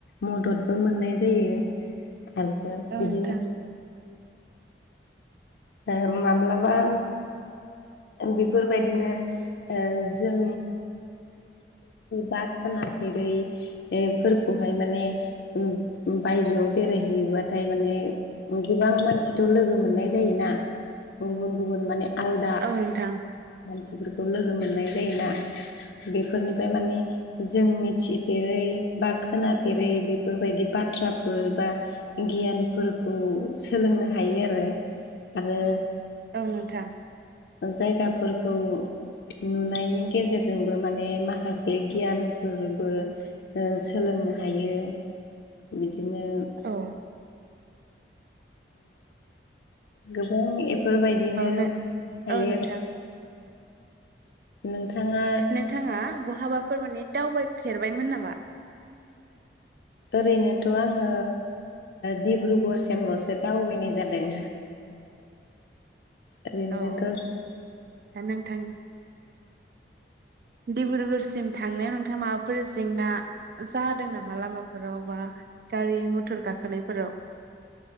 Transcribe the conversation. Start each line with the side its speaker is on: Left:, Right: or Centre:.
Left: मददबो मोननाय जायो आरो
Right: औ
Left: बिदिनो
Right: नोंथां
Left: ओ माब्लाबा बेफोरबायदिनो ओ जों बा खोनाफेरैफोरखौहाय माने बायजोआव बेरायहैयोबाथाय माने गोबां मानसिथ' लोगो मोननाय जायोना गुबुन गुबुन माने आलदा
Right: औ नोंथां
Left: मानसिफोरखौ लोगो मोननाय जायोना बेफोरनिफ्राय माने जों मिथिफेरै बा खोनाफेरै बेफोरबायदि बाथ्राफोर बा गियानफोरखौ सोलोंनो हायो आरो आरो
Right: औ नोंथां
Left: जायगाफोरखौ नुनायनि गेजेरजोंबो माने माखासे गियानफोरबो सोलोंनो हायो बिदिनो
Right: औ
Left: गोबां एफोरबायदिनो
Right: नो
Left: हायो
Right: औ नोंथां
Left: आरो नोंथाङा
Right: नोंथाङा बहाबाफोर माने दावबायफेरबायमोन नामा
Left: ओरैनोथ' आङो डिब्रुगड़सिमल'सो दावबायनाय जादों
Right: <inaudible>
Left: ओरैनो
Right: औ
Left: थ'
Right: नोंथां डिब्रुगड़ सिम थांनायाव नोंथाङा माबाफोर जेंना जादों नामा लामाफोराव बा गारि मथर गाखोनायफोराव